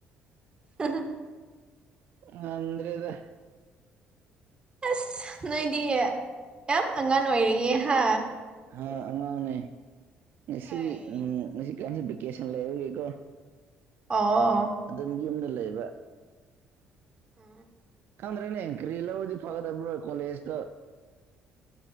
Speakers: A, on the right (about 25°); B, on the right (about 65°).
A: <unintelligible>
B: ꯉꯝꯗ꯭ꯔꯦꯗ
A: ꯑꯁ ꯅꯣꯏꯗꯤ ꯌꯥꯝ ꯑꯉꯥꯟ ꯑꯣꯏꯔꯤꯌꯦ ꯍꯥ
B: ꯍꯥ ꯑꯉꯥꯡꯅꯦ ꯉꯁꯤ
A: ꯍꯣꯏ
B: ꯎꯝ ꯉꯁꯤ <unintelligible> ꯕꯦꯀꯦꯁꯟ ꯂꯩꯕꯒꯤꯀꯣ
A: ꯑꯣ
B: ꯑꯗꯨꯝ ꯌꯨꯝꯗ ꯂꯩꯕ
A: ꯑ
B: ꯈꯪꯗ꯭ꯔꯅꯦ ꯀ꯭ꯔꯤ ꯂꯧꯔꯗꯤ ꯐꯒꯗꯕ꯭ꯔꯣ ꯀꯣꯂꯦꯖꯗꯣ